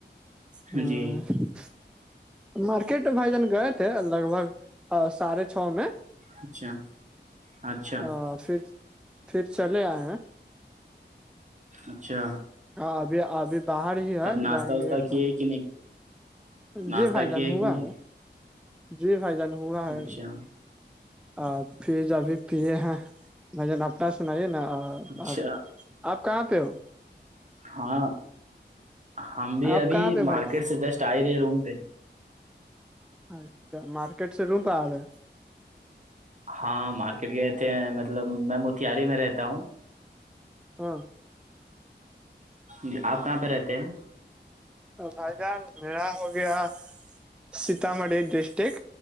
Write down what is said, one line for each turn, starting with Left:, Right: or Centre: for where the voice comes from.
Centre: ہاں
Right: جی
Centre: <inaudible> مارکیٹ بھائی جان گئے تھے لگ بھگ ساھے چھ میں
Right: اچھا اچھا
Centre: آ پھر پھر چلے آئے ہیں
Right: اچھا
Centre: ہاں ابھی ابھی باہر ہی ہے
Right: تب ناشتہ
Centre: جائیں
Right: واشتہ
Centre: گے گھر
Right: کیے کہ نہیں ناشتہ
Centre: جی بھائی جان
Right: کیے
Centre: ہوا
Right: کہ نہیں
Centre: ہے جی بھائی جان ہوا ہے
Right: اچھا
Centre: آ پھر ج ابھی پے ہیں م ج ن اپنا سنائیے نا
Right: اچھا
Centre: آپ <inaudible> آپ کہاں پہ ہو
Right: ہاں ہم بھی
Centre: آپ
Right: ابھی
Centre: کہاں پہ
Right: مارکیٹ
Centre: بھائی
Right: سے جسٹ آئے رہے روم پہ
Centre: اچھا مارکیٹ سے روں پہل ہے
Right: ہاں مارکیٹ گئے تھے ہیں مطلب میں موتہاری میں رہتا ہوں
Centre: ہاں
Right: جی آپ کہاں پہ رہتے ہیں
Centre: بھائی جان ملہا ہو گیا سیتامڑھی ڈسٹک